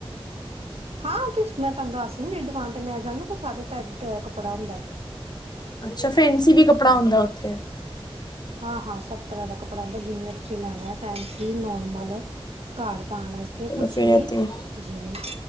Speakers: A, on the right; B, on the left.
A: ਹਾਂ ਤੇ ਮੈਂ ਤੁਹਾਨੂੰ ਦੱਸਦੀ ਨਾ ਜਿੜੀ ਦੁਕਾਨ ਤੇ ਮੈਂ ਜਾਂਦੀ, ਉਤੋ ਸਾਰੇ ਟੈਪ ਦਾ ਕੱਪੜਾ ਹੁੰਦਾ ਏ।
B: ਅੱਛਾ ਫੈਨਸੀ ਵੀ ਕੱਪੜਾ ਹੁੰਦਾ
A: ਕੋਲ
B: ਉੱਥੇ।
A: ਹਾਂ, ਹਾਂ ਸਭ ਤਰ੍ਹਾਂ ਦਾ ਕੱਪੜਾ ਹੁੰਦਾ, ਜਿਵੇਂ ਤੁਸੀਂ ਲੈਣਾ ਏ ਫੇਨਸੀ, ਨੋਨ ਮਤਲਬ, ਘਰ ਪਾਣ ਵਾਸਤੇ
B: ਚਲੋ
A: ਕੁਛ
B: ਫਿਰ
A: ਵੀ,
B: ਇਹ ਤੇ
A: ਜਿਵੇਂ